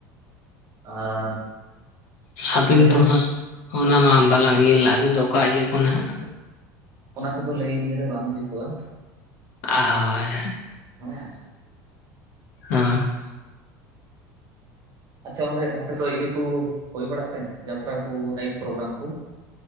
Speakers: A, on the right; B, on the left.
A: ᱟᱨ
B: ᱟᱹᱵᱤᱱ
A: ᱢᱟᱱᱮ
B: ᱫᱚ ᱦᱟᱸᱜ ᱚᱱᱟ ᱢᱟ ᱵᱟᱞᱟᱝ ᱤᱭᱟᱹ ᱞᱮᱱᱟ, ᱟᱹᱵᱤᱱ ᱫᱚ ᱚᱠᱟ ᱤᱭᱟᱹ ᱠᱚᱱ ᱦᱟᱸᱜ
A: ᱚᱱᱟ ᱠᱚᱫᱚ ᱞᱟᱹᱭ ᱱᱤᱭᱟᱹᱨᱮ ᱵᱟᱝ ᱡᱩᱛᱩᱜᱼᱟ
B: ᱦᱳᱭ
A: ᱦᱮᱸ᱾ ᱦᱮᱸ᱾
B: ᱦᱚᱸ᱾
A: ᱟᱪᱪᱷᱟ ᱚᱸᱰᱮ ᱚᱱᱛᱮ ᱫᱚ ᱤᱭᱟᱹ ᱠᱩ ᱦᱩᱭ ᱵᱟᱲᱟᱜ ᱛᱮ ᱡᱟᱛᱨᱟ ᱠᱚ ᱱᱟᱭᱤᱴ ᱯᱨᱳᱜᱨᱟᱢ ᱠᱩ?